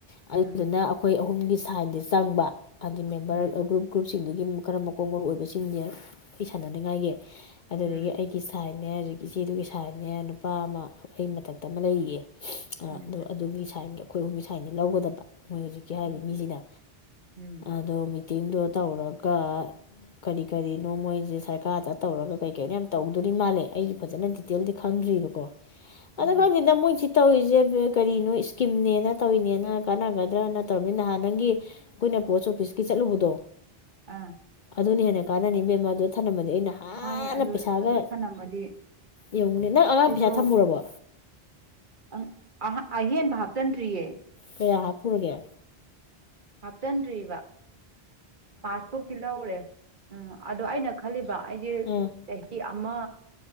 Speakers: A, on the left; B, on the right.
A: ꯑꯗꯨꯗꯨꯅ
B: ꯎꯝ
A: ꯑꯩꯈꯣꯏ ꯑꯍꯨꯝꯒꯤ ꯁꯥꯏꯠꯇꯗꯤ ꯆꯪꯕ ꯍꯥꯏꯗꯤ ꯃꯦꯝꯕꯔ
B: ꯎꯝ
A: ꯒ꯭ꯔꯨꯞ ꯒ꯭ꯔꯨꯞꯁꯤꯡꯗꯨꯒꯤ ꯈꯔ ꯀꯣꯛ ꯃꯔꯨ ꯑꯣꯏꯕꯁꯤꯡꯁꯦ ꯑꯩ ꯁꯥꯟꯅꯅꯤꯡꯉꯥꯏꯒꯤ ꯑꯗꯨꯗꯒꯤ
B: ꯎꯝ
A: ꯑꯩꯒꯤ ꯁꯥꯏꯠ ꯅꯦ ꯍꯧꯖꯤꯛ ꯏꯆꯦꯗꯨꯒꯤ ꯁꯥꯏꯠꯅꯦ ꯅꯨꯄꯥ ꯑꯃ ꯑꯩ ꯃꯊꯛꯇ ꯑꯃ ꯂꯩꯌꯦ ꯑ
B: ꯎꯝ
A: ꯑꯗꯨꯒꯤ ꯁꯥꯏꯟꯒꯤ ꯑꯩꯈꯣꯏ ꯍꯨꯝ ꯁ꯭ꯥꯏꯅꯤ ꯂꯧꯒꯗꯕ ꯃꯣꯏ ꯍꯧꯖꯤꯛꯀꯤ ꯍꯥꯏꯔꯤꯕ
B: ꯎꯝ
A: ꯃꯤꯁꯤꯅ
B: ꯎꯝ
A: ꯑꯗꯣ ꯃꯤꯇꯤꯡꯗꯣ ꯇꯧꯔꯒ ꯀ ꯀꯔꯤ ꯀꯔꯤꯅꯣ ꯃꯣꯏꯁꯦ ꯁꯔꯀꯥꯔꯗ ꯇꯧꯔꯒ ꯀꯩ ꯀꯩꯅꯣ ꯌꯥꯝ ꯇꯧꯗꯣꯏꯔꯤ ꯃꯥꯜꯂꯦ ꯑꯩꯁꯨ ꯐꯖꯅ ꯗꯤꯇꯦꯜꯗꯤ ꯈꯪꯗ꯭ꯔꯤꯕꯀꯣ
B: ꯎꯝ
A: ꯑꯗ ꯀꯗ ꯃꯣꯏ ꯆꯤ ꯇꯧꯔꯤꯁꯦ ꯀꯔꯤꯅꯣ ꯏꯁꯀꯤꯝꯅꯦꯅ ꯇꯧꯔꯤꯅꯦꯅ ꯀꯥꯟꯅꯒꯗ꯭ꯔꯅ ꯇꯧꯔꯃꯤ ꯅꯍꯥꯟ ꯅꯪꯒꯤ ꯑꯩꯈꯣꯏꯅ ꯄꯣꯁ ꯑꯣꯐꯤꯁꯀꯤ ꯆꯠꯂꯨꯕꯗꯣ
B: ꯑꯥ
A: ꯑꯗꯨꯅ ꯍꯦꯟꯅ ꯀꯥꯟꯅꯅꯤ ꯃꯦꯝꯃ ꯑꯗꯨ ꯊꯝꯂꯝꯃꯗꯤ ꯑꯩꯅ ꯐꯅ
B: ꯃꯥꯅꯦ ꯑꯗꯨ
A: ꯄꯩꯁꯥꯒ
B: ꯑꯗꯨ ꯊꯅꯝꯃꯗꯤ
A: ꯌꯦꯡꯉꯨꯅꯦ ꯅꯪ ꯑꯉꯥꯡ
B: ꯑꯩꯁꯨ
A: ꯄꯩꯁꯥ ꯊꯝꯃꯨꯔꯕꯣ
B: ꯑꯪ ꯑꯍ ꯑꯍꯦꯟꯕ ꯍꯥꯞꯆꯤꯟꯗ꯭ꯔꯤꯌꯦ
A: ꯀꯌꯥꯥ ꯄꯨꯔꯒ
B: ꯍꯥꯞꯆꯗꯔꯤꯕ ꯄꯥꯁꯕꯨꯛ ꯊꯤꯂ ꯎꯔꯦ ꯎꯝ ꯑꯗꯣ ꯑꯩꯅ ꯈꯜꯂꯤꯕ ꯑꯩꯁꯦ
A: ꯑꯥ
B: ꯆꯍꯤ ꯑꯃ